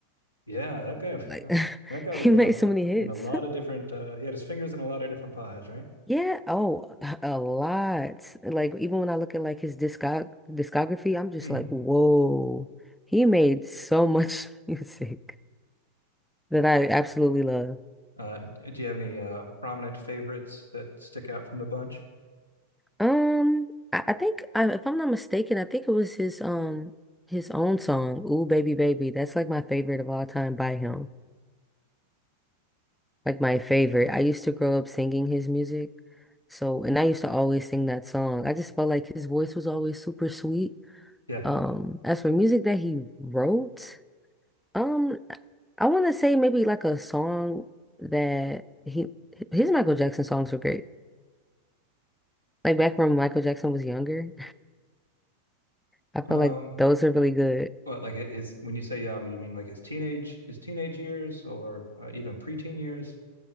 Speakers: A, on the left (about 80°); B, in the centre.
A: yeah, that guy,
B: Like
A: <laughs>
B: <laughs>
A: that guy was
B: he made
A: in a
B: so many hits.
A: in a lot of different. Uh, he had his fingers in a lot of different pies, right?
B: Yeah, oh, <laughs> a lot. Like even when I look at like his discog discography, I'm just
A: Mhm.
B: like, whoa. He made so much <laughs> music that I absolutely love.
A: Uh, do you have any uh, prominent favorites that stick out from the bunch?
B: Um, I, I think I, if I'm not mistaken, I think it was his um his own song, Ooh Baby Baby. That's like my favorite of all time by him. Like my favorite. I used to grow up singing his music. So, and I used to always sing that song. I just felt like his voice was always super sweet.
A: Yeah.
B: Um, as for music that he wrote, um, I want to say maybe like a song that he his Michael Jackson songs were great. Like back when Michael Jackson was younger, <laughs> I felt
A: Um,
B: like those are really good.
A: what like his when you say young, you mean like his teenage his teenage years, or uh, even preteen years,